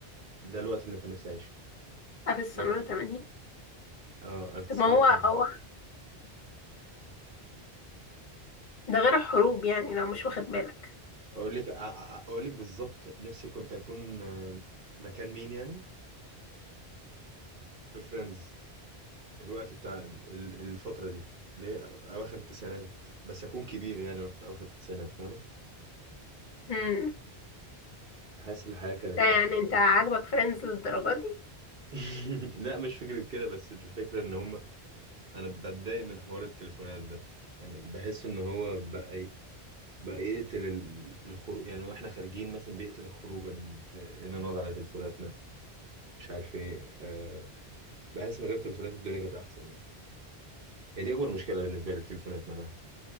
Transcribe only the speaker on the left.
آه، في السنة
80
طب ما هو هو ده غير الحروب يعني لو مش واخد بالك
امم
ده يعني
انت
عاجبك فريندز للدرجه دي